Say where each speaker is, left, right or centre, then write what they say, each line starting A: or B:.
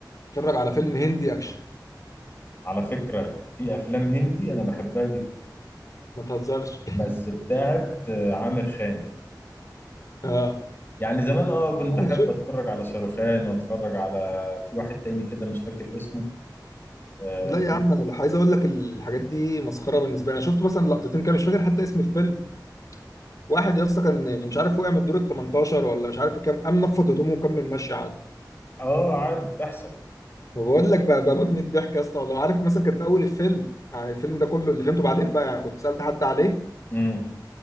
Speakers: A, on the left; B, on the left.
A: اتفرج على فيلم هندي اكشن
B: على فكرة في أفلام هندي أنا بحبها جدا
A: ما تهزرش <laughs>
B: بس بتاعت آه، عامر خان
A: اه
B: يعني زمان اه كنت
A: يا عم
B: احب
A: انا شفت
B: اتفرج على شاروخان واتفرج على في واحد تاني كده مش فاكر اسمه اه
A: لا يا عم انا عايز اقول لك الحاجات دي مسخره بالنسبه لي انا شفت مثلا لقطتين كده مش فاكر حتى اسم الفيلم واحد يا اسطى كان مش عارف وقع من الدور ال 18 ولا مش عارف كام قام نفض هدومه وكمل ماشي عادي
B: آه، عادي بتحصل
A: وبقول لك بقى بموت من الضحك يا اسطى والله عارف مثلا كان في اول الفيلم يعني الفيلم ده كله اللي فهمته بعدين بقى يعني كنت سالت حد عليه
B: امم